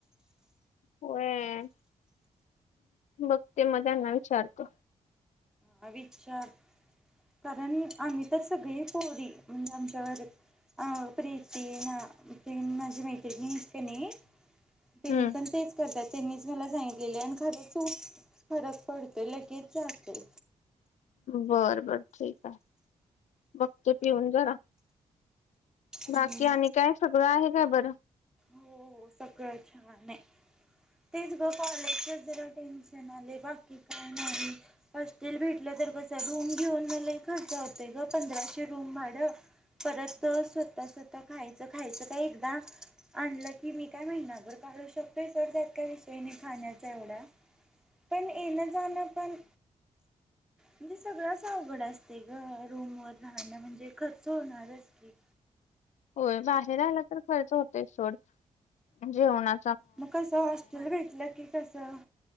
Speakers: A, on the left; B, in the centre.
A: होय, बघते मग त्याना विचारते,
B: ह विचार, कारण आम्ही तर सगळी पोरी, म्हणजे आमच्याघरी अ प्रीती ना, तेन माझी मैत्रिणी हायेत कानी, तेनी
A: हम्म
B: पण तेच करतात त्यांनीच मला सांगितलेले, आणि खरं चूप फरक पडतोय लगेच जातोय,
A: बरं, बर ठीक आहे, बघ ते पिऊन जरा, बाकी
B: हम्म.
A: आणि काय, सगळं आहे काय बरं,
B: हो सगळं, छान आहे. तेच ग कॉलेजच, जरा टेन्शन आले, बाकी काय नाही, हॉस्टल भेटलं तर कसं रूम घेऊन, म लई खर्च होतय ग, पंधराशे रूम भाडं, परत स्वतः स्वतः खायचं, खायचं का एकदा आणलं की, मी काय महिनाभर काढू शकतोय सोड, त्यात काय विषय नाही खाण्याचा एवढा, पण येणं, जाणं पण म्हणजे सगळंच अवघड असते ग, रूमवर राहणं म्हणजे, खर्च होणार की,
A: होय बाहेर आला तर खर्च होत, याचं सोड जेवणा
B: म हॉस्टेल भेटला कि, कसं